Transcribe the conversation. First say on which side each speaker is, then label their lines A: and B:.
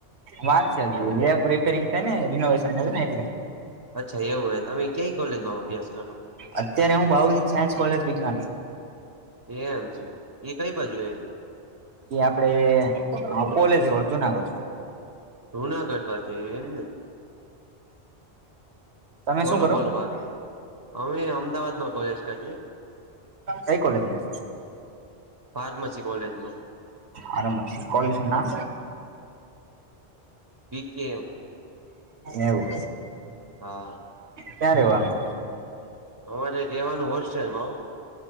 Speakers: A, on the right; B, on the right.
A: વાર છે ‌હજુ લેબ રિપેરીંગ છે ને રિનોવેશન થયું ને એટલે
B: અચ્છા એવું હે તમે કોઈ કોલેજમાં અભ્યાસ કરો
A: અત્યારે હું બાઉદીન સાયન્સ કોલેજ વિજ્ઞાન
B: એ મ છે એ કઈ બાજુ આવેલી
A: એ આપડે એઅ કોલેજ રોડ જુનાગઢ
B: જુનાગઢ બાજુ એમ ને
A: તમે
B: બોલો
A: શું કરો
B: બોલો બાકી અમે અમદાવાદમાં કોલેજ કરીએ
A: કઈ કોલેજમાં
B: ફાર્મસી કોલેજમાં
A: આરભશી કોઈ છે ના
B: બી કે એમ
A: એવું
B: હા
A: કયા રેવાનું
B: અમારે રહેવાનું હોસ્ટેલમાં